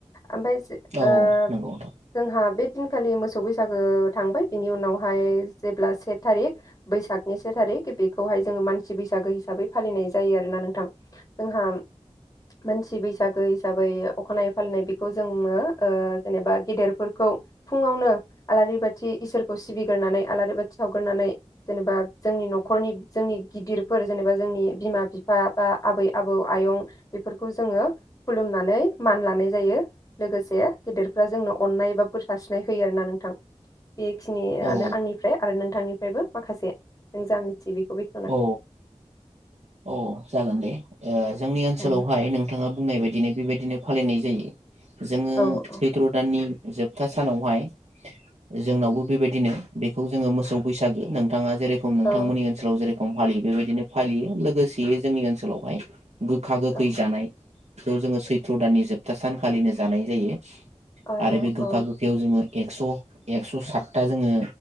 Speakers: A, on the left; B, on the right.
A: ओमफ्राय ओ
B: औ नंगौ नोंथां
A: जोंहा बे जुनखालि मो सौ बैसागो थांबाय उनावहाय जेब्ला से थारिख बैसागनि से थारिख बेखौहाय जोङो मानसि बैसागो हिसाबै फालिनाय जायो आरोना नोंथां जोंहा मानसि बैसागो हिसाबै अखानायै फालिनाय बेखौ जोङो ओ जेनेबा गेदेरफोरखौ फुंवानो आलारि बाथि इसोर खौ सिबिग्रोनानै आलारि बाथि सावगोरनानै जेनेबा जोंनि न'खरनि जोंनि गिदिरफोर जेनेबा जोंनि बिमा-बिफा बा आबै-आबौ आयं बेफोरखौ जोङो खुलुमनानै मान लानाय जायो लोगोसे गेदेरफ्रा जोंनो अननाय बा बोर सारस्रिनाय होयो आर ना नोंथां बे खिनिआनो
B: औ
A: आंनिफ्राय आरो नों नोथांनिफ्रायबो माखासे नों जा मिथियो बेखौ बेखेवना
B: औ औ जागोन दे ए जोंनि ओनसोलावहाय
A: औ
B: नोंथांआ बुंनाय बायदिनो बेबायदिनो फालिनाय जायो। जोंङो
A: औ
B: सैथ्र दाननि जोबथा सानावहाय जोंनावबो बेबायदिनो बेखौ जोंङो मोसौ बैसागो नोंथाङा जेरखम नोंथांमोननि
A: औ
B: ओनसोल जेर खम फालियो बेबायदिनो फालियो लो गोसेयै जोंनि ओनसोलावहाय गोखा गोखै
A: औ
B: जानाय बेखौ जोंङो सैथ्र दाननि जोबथा सान फालिनो जानाय जायो।
A: औ औ
B: आरो बे गोखा
A: औ
B: गोखायाव जोंङो एक्स-एक्स सातथा जोंङो